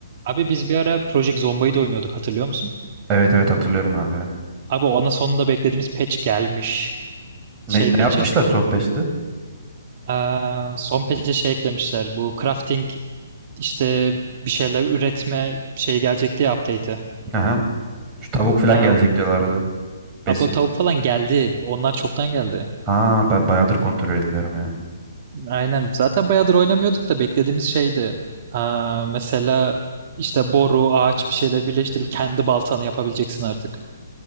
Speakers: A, on the right; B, on the right.
A: Abi biz bir ara Project Zomba'yı da oynuyorduk hatırlıyor musun?
B: Evet evet hatırlıyorum abi ya.
A: Abi ona sonunda beklediğimiz patch gelmiş.
B: Ne,
A: Şey
B: ne
A: patch'e.
B: yapmışlar son peşte?
A: Aa, son patch'e şey eklemişler. Bu crafting işte bir şeyler üretme şey gelecekti ya update'i.
B: Aha. Şu tavuk falan
A: Aa,
B: gelecek
A: o-
B: diyorlardı. Besi.
A: abi o tavuk falan geldi. Onlar çoktan geldi.
B: Ha ben bayağıdır kontrol etmiyorum ya.
A: Aynen. Zaten bayağıdır oynamıyorduk da beklediğimiz şeydi. Aa, mesela işte boru, ağaç bir şeyler birleştirip kendi baltanı yapabileceksin artık.